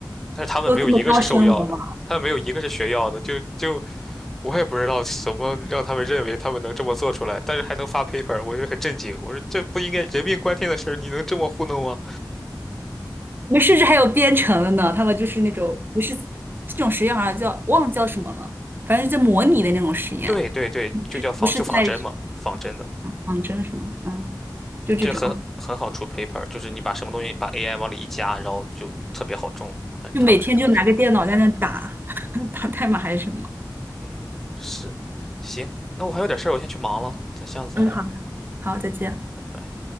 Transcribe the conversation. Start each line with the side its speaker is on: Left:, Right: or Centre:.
Centre: 但是他们没有一个是受药的，
Right: 都这么高深了吗？
Centre: 他们没有一个是学药的，就就我也不知道怎么让他们认为他们能这么做出来，但是还能发 paper，我就很震惊。我说这不应该人命关天的事儿，你能这么糊弄吗？
Right: 我们甚至还有编程的呢，他们就是那种不是这种实验好像叫忘了叫什么了，反正就模拟的那种实验，
Centre: 对对对，就叫仿就仿真嘛，
Right: 不是不是在
Centre: 仿真的，
Right: 仿真什么，嗯，就这种，
Centre: 这很很好出 paper，就是你把什么东西把 AI 往里一加，然后就特别好中。反正他们是这么说的。
Right: 就每天就拿个电脑在那打 <laughs> 打代码还是什么。
Centre: 嗯，是，行，那我还有点事儿，我先去忙了，咱下次再聊，
Right: 嗯，好。好，再见。
Centre: 拜拜。